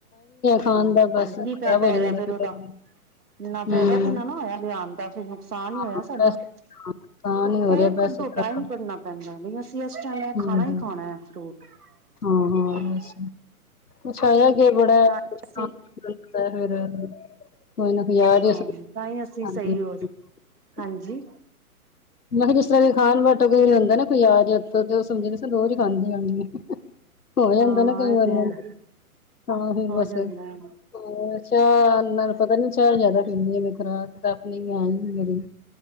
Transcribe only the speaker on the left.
ਖਾਣ
ਦਾ ਬਸ
ਖਰਾਬ
ਹੋ
ਜਾਂਦਾ
ਫਿਰ
ਹੂੰ
ਹਾਂ
ਪੈਸੇ ਨੁਕਸਾਨ
ਹੀ ਹੋ ਰਿਹਾ ਪੈਸੇ
ਖਰਾਬ
ਹੂੰ,
ਹਾਂ-ਹਾਂ
ਬਸ ਕੁਛ ਹੈ ਏ ਗੇਆ ਬੜਾ
ਕੁਛ
ਫੇਰ ਖਾਨ ਨੂੰ ਹੁੰਦੈ ਫੇਰ ਕੋਈ ਨਾ ਕੋਈ ਹਜਾਰ
ਈ ਅਸੀਂ
ਖਾਂਦੇ
ਨੀ
ਆਂ।
ਮੈਂ ਕਿਆ ਜਿਸ ਤਰਾਂ ਵੀ ਖਾਨ ਬਟ ਕੋਈ ਵੀ ਹੁੰਦਾ ਨਾ ਕੋਈ ਆ ਗੇਆ ਫੇਰ ਤੇ ਓ ਸਮਝ ਦੋ ਰੋਜ਼ ਖਾਂਦੀ ਹੋਨੀ ਆ। ਹੋ ਜਾਂਦਾ
ਨਾ ਕਈ
ਵਾਰ
ਫੇਰ,
ਤਾਂ ਫੇਰ
ਬਸ
ਹਾਂ ਚਾ ਨਾਲ ਪਤਾ ਨੀ ਚਾ ਜਾਦਾ ਪੀਂਨੀ ਆ ਮੈਂ ਖੁਰਾਕ ਦੱਸਨੀ ਆ ਵੀ ਬੜੀ